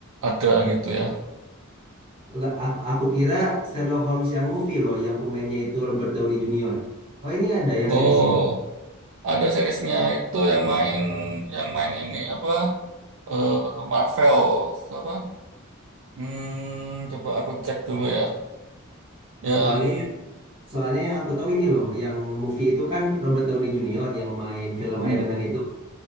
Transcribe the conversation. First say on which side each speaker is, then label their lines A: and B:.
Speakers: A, on the right; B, on the right.
A: ada gitu ya.
B: Enggak, aku, aku kira Sherlock Holmes yang movie loh, yang pemainnya itu Robert Downey Junior. Oh ini ada yang
A: Oh,
B: seriesnya.
A: ada seriesnya itu yang main yang main ini apa? eh Marvel apa? Hmm, coba aku cek dulu ya. Yang
B: Soalnya soalnya yang aku tahu ini loh, yang movie itu kan Robert Downey Junior yang main film
A: hmm,
B: Iron Man itu.